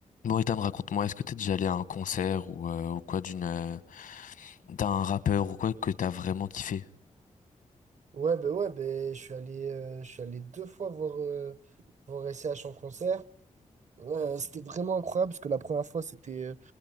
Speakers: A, on the left; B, on the right.
A: Bon, Ethan, raconte-moi, est-ce que t'es déjà allé à un concert ou, euh, ou quoi d'une euh, d'un rappeur ou quoi que t'as vraiment kiffé?
B: Ouais, ben ouais, ben, je suis allé, euh, je suis allé deux fois voir, euh, voir S C H en concert. Euh, c'était vraiment incroyable parce que la première fois, c'était euh,